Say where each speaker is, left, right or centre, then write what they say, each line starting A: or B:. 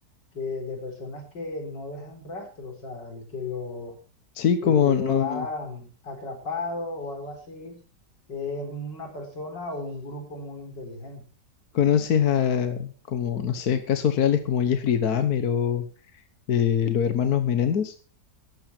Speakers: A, on the left; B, on the left.
A: que de personas que no dejan rastro, o sea, el que lo,
B: Sí, como
A: el que los
B: no
A: ha mm, atrapado o algo así es una persona o un grupo muy inteligente.
B: conoces a, como, no sé, casos reales como Jeffrey Dahmer o eh, los hermanos Menéndez.